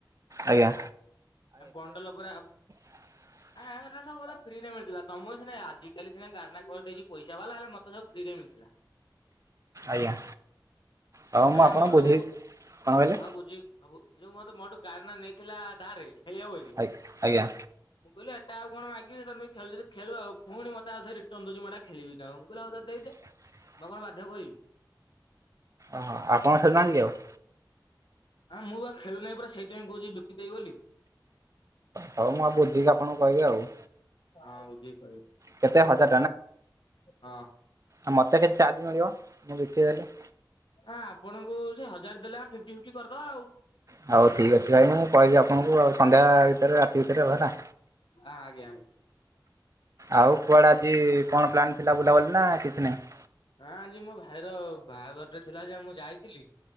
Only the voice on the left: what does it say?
ଆମ ବଣ୍ଡଲ ପରା।
ଆରା ସବୁରା ଫ୍ରିରେ ମିଳଥିଲା ତମକୁ ସିନା ଆଜିକାଲି ସିନା ଗନା କରିଦେଇଚି ପଇସା ବାଲା ହେଲେ ମତେ ସବୁ ଫ୍ରିରେ ମିଳିଥିଲା।
ଯେଣା
ମୋଠୁ
ଆଉ ବୁଝି। ଆବ ଯୋଉ ମୋଠୁ ମୋଠୁ ଗାନା ନେଇଥିଲା ଧରେ ଖେଳିବ ବୋଲି।
ମୁଁ କହିଲି ଏଟାଉ କଣ ମାଗିବି ସେ ଖେଳଚି ଖେଳୁ ଆଉ ପୁଣି ମତେ ଆଉ ଥରେ ରଟନ୍ ଦଉଛି ମୁଁ ଏଟା ଖେଳିବିନି ଆଉ ମୁଁ କହିଲ ଆଉ ଦେଇଦେ।
ମୁଁ କଣ ବାଧ୍ୟ କରିବି।
ହଁ ମୁଁ ବା ଖେଳୁ ନାହିଁ ପୁରା ସେଇଥିପାଇଁ କହୁଛି ବିକିଦେବି ବୋଲି।
ହଁ, ବୁଝିକି କହିବେ।
ହଁ।
ଆଁ ଆପଣଙ୍କୁ ସେ ହଜାର ଦେଲେ ଆମେ ଫିଫ୍ଟି ଫିଫ୍ଟି କରିଦବା ଆଉ।
ଆ ଆଜ୍ଞା, ଆଜ୍ଞା।
ହଁ, ଆଜି ମୋ ଭାଇର ବାହାଘରଟେ ଥିଲା ଯେ ମୁଁ ଯାଇଥିଲି